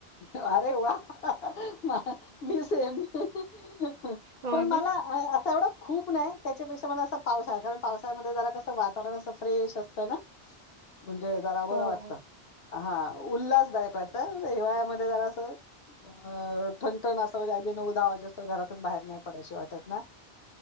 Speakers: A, on the left; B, on the right.
A: मारे वा म मी सेम. ह
B: हो
A: पण मला
B: ना?
A: असं एवढं. खूप नाही त्याच्यापेक्षा मला असा पावसा कारण पावसामध्ये जरा कसं वातावरण असं फ्रेश असतं ना. म्हणजे जरा बरं
B: हो.
A: वाटतं. हा उल्हासदायक आहेता हिवाळ्यामध्ये जरा अस <unintelligible> अं ठणठण असा म्हणजे अगदी नऊ दहा वाजूस्तर घरातून बाहेर नाही पडाशी वाटत ना?